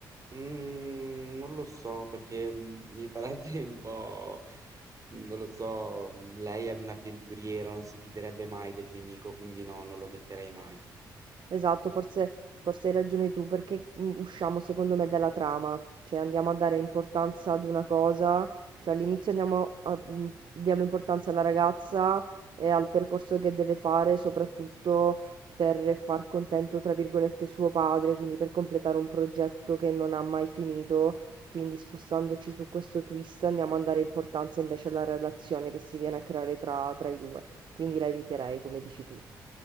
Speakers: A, on the right; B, on the right.
A: Mm, non lo so perché mm, mi farebbe <laughs> un po', non lo so, mm, lei è un'avventuriera, non si fiderebbe mai del nemico, quindi no, non lo metterei mai.
B: Esatto, forse forse hai ragione tu, perché mm, usciamo secondo me dalla trama, cioè andiamo a dare importanza ad una cosa, cioè all'inizio andiamo a- mm, diamo importanza alla ragazza e al percorso che deve fare, soprattutto per far contento, tra virgolette, suo padre, quindi per completare un progetto che non ha mai finito, quindi spostandoci su questo twist andiamo a dare importanza invece alla relazione che si viene a creare tra, tra i due, quindi la eviterei, come dici tu.